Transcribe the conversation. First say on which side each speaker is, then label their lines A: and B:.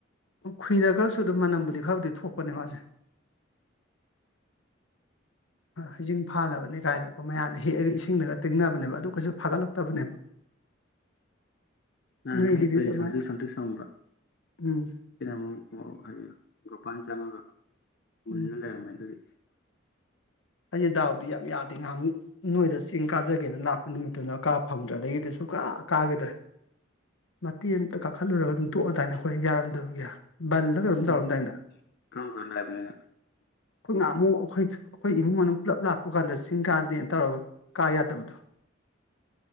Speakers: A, on the left; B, on the left.
A: ꯈꯨꯨꯏꯔꯒꯁꯨ ꯑꯗꯨꯝ ꯃꯅꯝꯕꯨꯗꯤ ꯈꯔꯕꯨꯗꯤ ꯊꯣꯛꯄꯅꯦ ꯃꯥꯁꯦ ꯍꯩꯖꯤꯡ ꯐꯥꯅꯕꯅꯤ ꯀꯥꯏꯅꯀꯣ ꯃꯌꯥꯝꯅ ꯍꯦꯛꯑꯒ ꯏꯁꯤꯡꯗꯒ ꯇꯤꯡꯅꯕꯅꯦꯕ ꯑꯗꯨ ꯀꯩꯁꯨ ꯐꯒꯠꯂꯛꯇꯕꯅꯦꯕ
B: ꯅꯍꯥꯟꯈꯩ
A: ꯅꯣꯏꯒꯤꯗꯤ
B: ꯍꯦꯛꯄ
A: ꯑꯗꯨꯃꯥꯏ
B: ꯁꯟꯇ꯭ꯔꯤ ꯁꯟꯇ꯭ꯔꯤ ꯁꯪꯕ
A: ꯎꯝ
B: ꯁꯤꯗ ꯑꯃꯨꯛ ꯍꯥꯏꯕꯤꯌꯨ ꯄꯟ ꯆꯥꯪꯉꯒ ꯃꯟꯅꯂꯃꯦ
A: ꯎꯝ
B: ꯑꯗꯨꯗꯤ
A: ꯑꯩꯁꯦ ꯗꯥꯎꯗꯤ ꯌꯥꯝ ꯌꯥꯗꯦ ꯉꯥꯏꯍꯥꯛꯃꯨꯛ ꯅꯣꯏꯗ ꯆꯤꯡ ꯀꯥꯖꯒꯦꯅ ꯂꯥꯛꯄ ꯅꯨꯃꯤꯠꯇꯨꯅ ꯀꯥ ꯐꯪꯗ꯭ꯔ ꯑꯗꯒꯤꯗꯤ ꯁꯨ ꯀꯥ ꯀꯥꯈꯤꯗ꯭ꯔꯦ ꯃꯇꯦꯛ ꯑꯃꯇ ꯀꯥꯈꯠꯂꯨꯔꯒ ꯑꯗꯨꯝ ꯇꯣꯛꯑꯗꯥꯃꯏꯅ ꯑꯩꯈꯣꯏ ꯌꯥꯔꯝꯗꯕꯒꯤ ꯕꯜꯂ ꯀꯩꯅꯣꯝ
B: ꯀꯔꯝ
A: ꯇꯧꯔꯝ ꯗꯥꯏꯅꯦ ꯑꯩꯈꯣꯏ
B: ꯀꯔꯝ ꯀꯥꯟꯗ ꯍꯥꯏꯕꯅꯣ ꯑꯩꯅ
A: ꯉꯥꯍꯃꯨꯛ ꯑꯩꯈꯣꯏ ꯑꯩꯈꯣꯏ ꯏꯃꯨꯡ ꯃꯅꯨꯡ ꯄꯨꯂꯞ ꯂꯥꯛꯄ ꯀꯥꯟꯗ ꯆꯤꯡ ꯀꯥꯟꯅꯗꯦꯅ ꯇꯧꯔꯒ ꯀꯥ ꯌꯥꯗꯕꯗꯣ